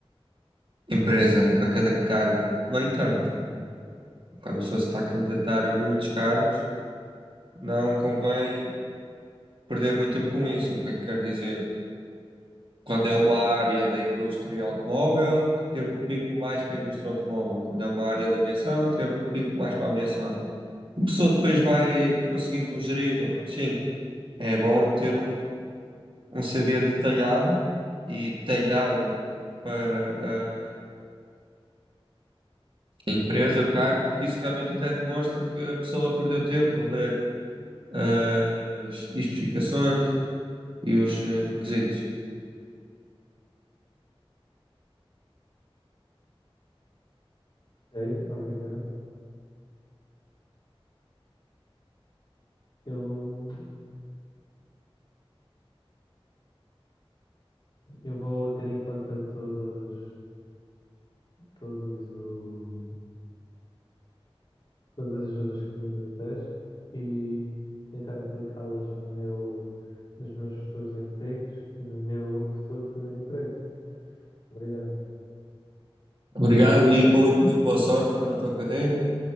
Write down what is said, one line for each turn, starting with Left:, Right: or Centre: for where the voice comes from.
Right: empresa e para cada cargo. No entanto, não- quando a pessoa se está a candidatar a muitos cargos, Não convém perder muito tempo com isso. O que é que quer dizer? Quando é uma área da indústria automóvel, que ter um currículo mais para a indústria automóvel. Quando é uma área da aviação, ter um currículo mais para a aviação. A pessoa depois vai conseguindo gerir, mas sim, é bom ter um, um CV detalhado e detalhado para eh, a empresa, o cargo, porque isso realmente até demonstra que a pessoa perdeu tempo a ler eh, as especificações e os eh, requisitos.
Left: Ok, obrigado. Eu, eu vou ter em conta todos, todos o, todas as ajudas que me deste e tentar aplicá-las no meu, nos meus futuros empregos e no meu futuro primeiro emprego. Obrigado.
Right: Obrigado e boa, muito boa sorte para a tua carreira.